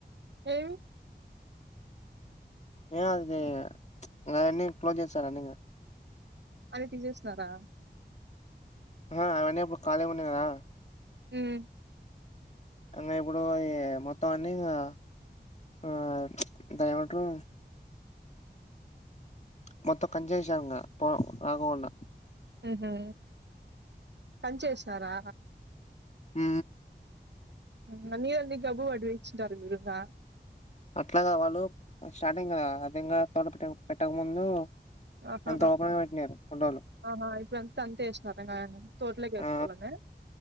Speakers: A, on the right (about 75°); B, on the left (about 40°).
A: ఏమ్
B: ఏ అది ఇవన్ని క్లోజ్ చేస్తారంట ఇక
A: అవి తీసేస్తున్నారా
B: ఆ అవన్నీ ఇప్పుడు ఖాళీగా ఉన్నాయి కదా
A: ఉమ్మ్
B: మరి ఇప్పుడు ఈ మొత్తం అన్నీ ఇకా ఆ దయమంటారు మొత్తం కంచేసం ఇంగా పో రాకోకుండా
A: ఉహు కంచేసినారా
B: మ్
A: మ్ మీరెంది <unintelligible>
B: అట్లా కాద్ వాళ్ళు స్టార్టింగ్ కదా అదింగా తోటపిటక్ పెట్టక ముందు
A: ఆహా
B: అంత ఓపెన్ గా పెట్టినారు ఫోటోలు
A: ఆహా ఇప్పుడంతా అంత ఏసినర తోటలోకేసుకోవాలన
B: ఆ